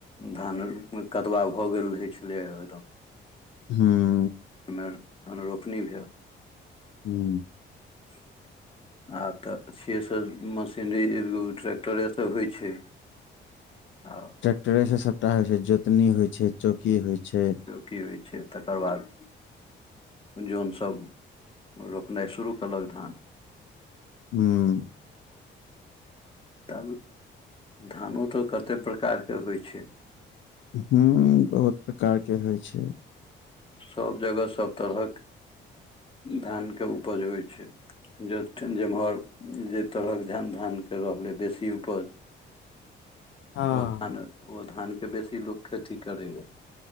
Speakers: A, on the left (about 25°); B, on the left (about 70°).
A: धान कदबा भऽ गेल रहै छलै एकदम
B: हुँ
A: आयमे धन रोपनी भेल
B: हुँ
A: <inaudible> आब तऽ से सब मशीनरी एगो ट्रैक्टरे सँ होइ छै आ
B: ट्रैक्टरे सँ सबटा होइ छै जोतनी होइ छै चौकी होइ छै
A: की होइ छै तकर बाद जोन सब रोपनाइ शुरू केलक धान
B: हुँ
A: ताबे धानो तऽ कते प्रकार केँ होइ छै
B: हुँ बहुत प्रकार केँ होइ छै
A: सब जगह सब तरहक धान केँ उपज होइ छै जठ जेम्हर जय तरहक घान धान केँ रहलै बेसी उपज
B: हँ
A: ओ धान ओ धान केँ बेसी लोक खेती करै य